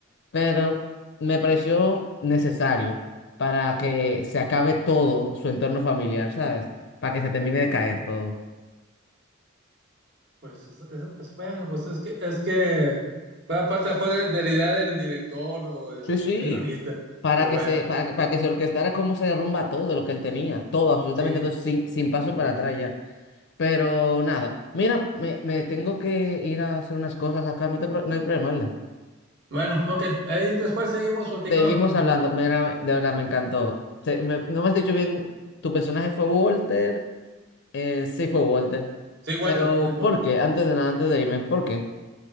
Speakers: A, on the left (about 55°); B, on the right (about 55°).
A: Pero me pareció necesario para que se acabe todo su entorno familiar, ¿sabes? Para que se termine de caer todo.
B: pues es, es- es bueno, pues es que es que fue aparte mejor de, de la idea del director o de-
A: Sí, sí,
B: <laughs> del guionista,
A: para
B: pero
A: que
B: bueno,
A: se, para que, para que se orquestara cómo se derrumba todo lo que él tenía, todo, absolutamente
B: sí.
A: todo, sin, sin paso para atrás ya. Pero nada, mira, me, me tengo que ir a hacer unas cosas acá, no te, pro- no hay problema, ¿verdad?
B: Bueno, ok, ahí después seguimos platicando.
A: Seguimos
B: Du-
A: hablando, mira, de verdad me encantó. Se- me- no me has dicho bien, tu personaje fue Walter, eh, sí fue Walter,
B: Sí, Walter,
A: pero
B: sí, Walter.
A: ¿por qué? Antes de nada, antes de irme, ¿por qué?